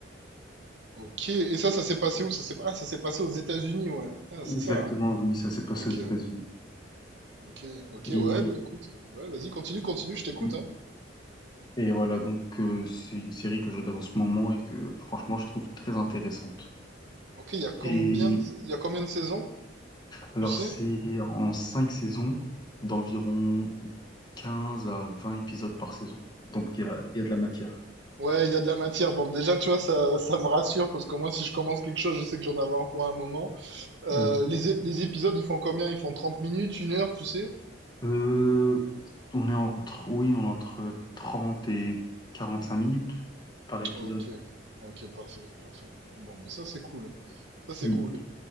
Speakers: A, on the right (about 65°); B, on the left (about 25°).
A: Ok, et ça, ça s'est passé où? Ça s'est... Ah, ça s'est passé aux États-Unis, ouais. Ah,
B: Exactement,
A: c'est ça, hein?
B: oui, ça s'est passé
A: Ok,
B: aux États-Unis.
A: ok, ok,
B: Et,
A: ouais, bah écoute, ouais, vas-y, continue, continue, je t'écoute,
B: et,
A: hein.
B: et voilà, donc euh, c'est une série que je regarde en ce moment et que franchement je trouve très intéressante.
A: Ok, il y a combien
B: Et
A: de... il y a combien de saisons?
B: alors
A: Tu sais?
B: c'est en cinq saisons d'environ 15 à 20 épisodes par saison. Donc il y a, il y a de la matière.
A: Ouais, il y a de la matière. Bon, déjà, tu vois, ça, ça me rassure parce qu'au moins, si je commence quelque chose, je sais que j'en avoir pour un moment. Euh,
B: Ok.
A: les, ép- les épisodes, ils font combien? Ils font trente minutes, une heure, tu sais?
B: Euh, on est entre, oui, on est entre trente et quarante-cinq minutes par épisode.
A: Ok, ok, parfait, parfait. Bon, mais ça, c'est cool. Ça, c'est
B: Oui.
A: cool.